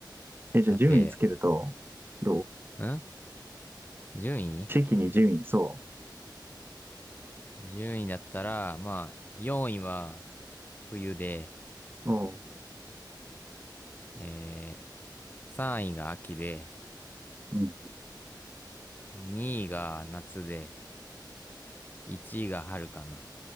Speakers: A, on the right; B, on the left.
A: え、じゃあ順位つけると、
B: だって、
A: どう
B: ん順位
A: 地域に順位、そ
B: 順位だったら、まあ、4位は冬で、
A: う。おう。
B: えー、3位が秋で、
A: うん。
B: 2位が夏で、1位が春かな。